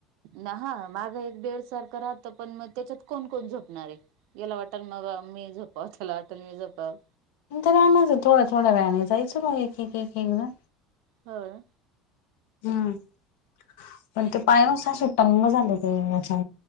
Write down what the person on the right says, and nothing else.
ना हा मागा एक बेडसारखं राहत पण मग त्याच्यात कोण-कोण झोपणार आहे. याला वाटल मग मी झोपाव, त्याला वाटलं मी झोपाव.
होय.